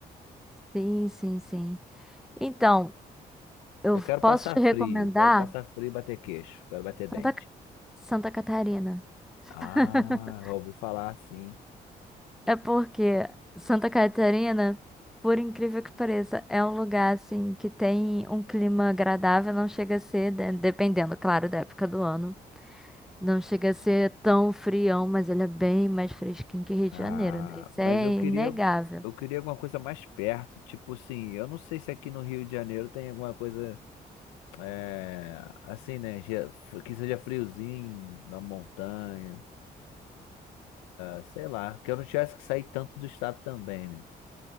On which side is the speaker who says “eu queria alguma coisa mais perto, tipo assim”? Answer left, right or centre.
Left